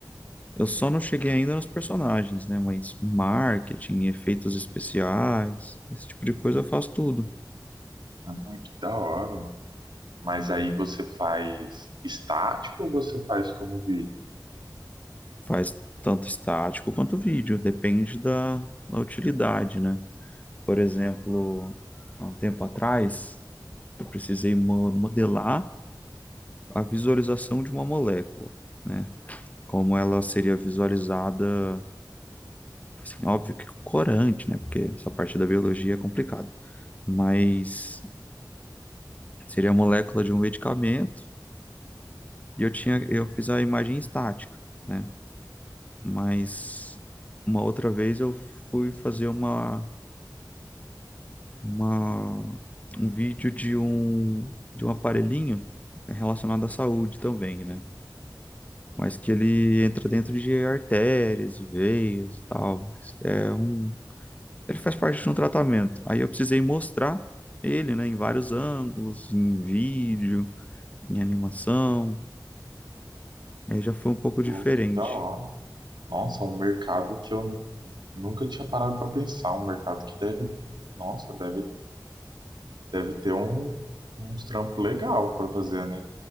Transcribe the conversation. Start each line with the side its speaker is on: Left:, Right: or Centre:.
Left: Eu só não cheguei ainda nos personagens, né, mas marketing, efeitos especiais, esse tipo de coisa eu faço tudo.
Right: Ah, que da hora, mano. Mas aí você faz estático ou você faz como vídeo?
Left: Faz tanto estático quanto vídeo, depende da, da utilidade, né? Por exemplo, há um tempo atrás, eu precisei mo- modelar a visualização de uma molécula né? como ela seria visualizada, assim, óbvio que com corante, né? Porque essa parte da biologia é complicada. Mas seria a molécula de um medicamento e eu tinha, eu fiz a imagem estática, né? Mas uma outra vez eu fui fazer uma, uma um vídeo de um de um aparelhinho relacionado à saúde também, né? Mas que ele entra dentro de artérias, veias e tal. Mas É um, ele faz parte de um tratamento. Aí eu precisei mostrar ele, né, em vários ângulos, em vídeo, em animação. Aí já foi um pouco
Right: Pô,
Left: diferente.
Right: que da hora. Nossa, um mercado que eu nunca tinha parado pra pensar. Um mercado que deve... Nossa, deve Deve ter um, uns trampos legal para fazer, né?